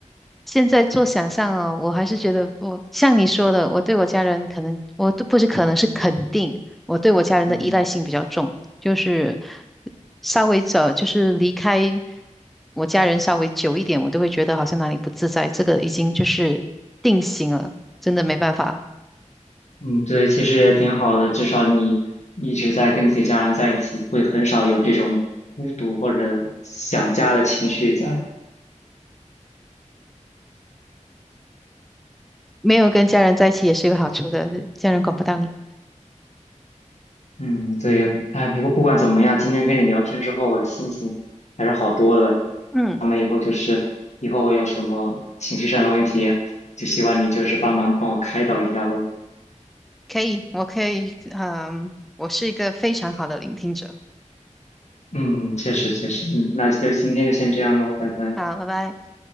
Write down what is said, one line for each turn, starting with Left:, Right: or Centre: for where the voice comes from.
Centre: 现在做想象哦，我还是觉得我像你说的，我对我家人可能我都不是可能是肯定，我对我家人的依赖性比较重，
Left: 嗯。
Centre: 就是稍微走，就是离开我家人稍微久一点，我都会觉得好像哪里不自在，这个已经就是定型了，真的没办法，
Left: 嗯，对，其实也挺好的，至少你一直在跟自己家人在一起，会很少有这种孤独或者想家的情绪在。
Centre: 没有跟家人在一起也是有好处的，家人管不到你。
Left: 嗯，对，哎，不过不管怎么样，今天跟你聊天之后，我的心情还是好多了。
Centre: 嗯。
Left: 咱们以后就是以后我有什么情绪上的问题，就希望你就是帮忙帮我开导一下喽。
Centre: 可以，我可以，嗯，我是一个非常好的聆听者。
Left: 嗯，确实确实，嗯，那就今天就先这样喽，拜拜。
Centre: 好，拜拜。